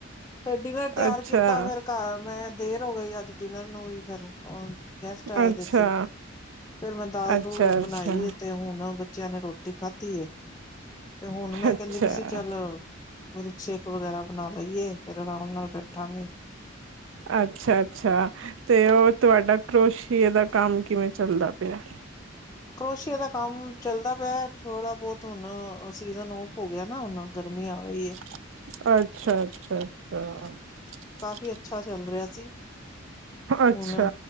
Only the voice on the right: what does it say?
ਅੱਛਾ,
ਅੱਛਾ,
ਅੱਛਾ,
ਅੱਛਾ,
ਅੱਛਾ।
ਅੱਛਾ-ਅੱਛਾ। ਤੇ ਉਹ ਤੁਹਾਡਾ ਕਰੋਸ਼ੀਏ ਦਾ ਕੰਮ ਕਿਵੇਂ ਚੱਲਦਾ ਪਿਆ ਹੇ।
ਅੱਛਾ-ਅੱਛਾ-ਅੱਛਾ।
ਅੱਛਾ